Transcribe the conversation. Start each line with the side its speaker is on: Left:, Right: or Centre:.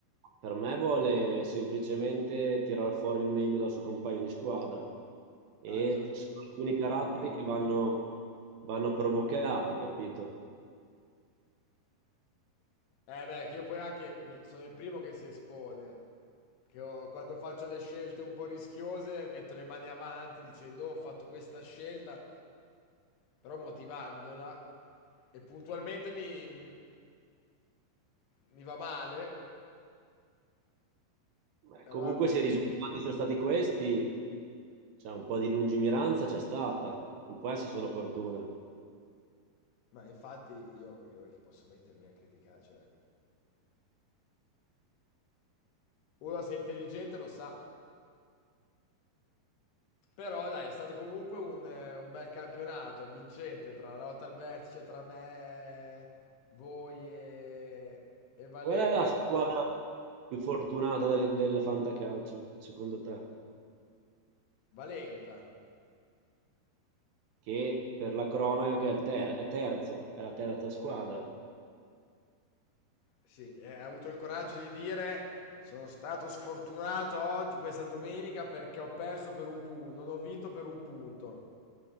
Right: Per me vuole semplicemente tirar fuori il meglio dal suo compagno di squadra. E
Left: Ah, è- è
Right: ci sono alcuni
Left: per motivare.
Right: caratteri che vanno, vanno provocati, capito?
Left: Eh beh, che io poi anche mi- sono il primo che si espone. Che ho- quando faccio le scelte un po' rischiose metto le mani avanti dicendo "Oh, ho fatto questa scelta. però motivandola e puntualmente mi, mi- mi va male,
Right: Beh,
Left: e
Right: comunque
Left: allora lui...
Right: se i risultati sono stati questi, cioè un po' di lungimiranza c'è stata, non può essere solo fortuna.
Left: Ma infatti io, perché non è che posso mettermi a criticare, cioè... Uno se è intelligente lo sa, però dai, è stato comunque un, eh, un bel campionato, vincente, tra la lotta al vertice, cioè tra me, voi e, e Valente.
Right: Qual è la squadra più fortunata del, del fantacalcio, secondo te?
Left: Valenta.
Right: Che per la cronaca è, il ter- è terzo, è la terza squadra.
Left: Sì, e ha avuto il coraggio di dire: Sono stato sfortunato oggi, questa domenica, perché ho perso per un punto, non ho vinto per un punto.